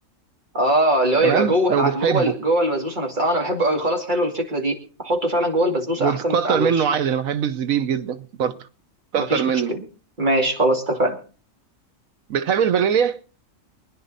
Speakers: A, on the right (about 35°); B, on the right (about 85°).
A: اه اللي هو
B: تمام
A: يبقى جوه
B: لو
A: الع...
B: بتحبه
A: جوه ال- جوه البسبوسه نفسها اه انا بحبه قوي خلاص حلوه الفكره دي احطه فعلا جوه البسبوسه
B: وتكتر
A: احسن من يبقى على الوش
B: منه عادي انا بحب الزبيب جدا برضه كتر
A: مفيش
B: منه
A: مشكله ماشي خلاص اتفقنا
B: بتحب الفانيليا